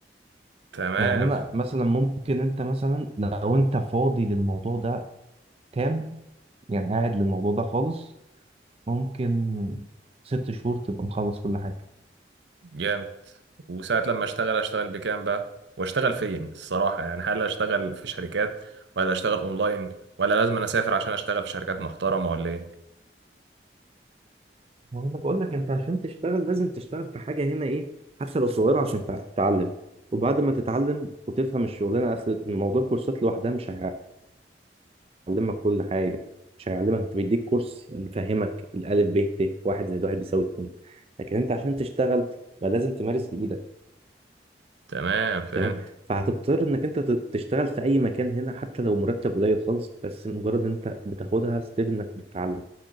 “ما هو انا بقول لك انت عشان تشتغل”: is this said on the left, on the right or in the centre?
Right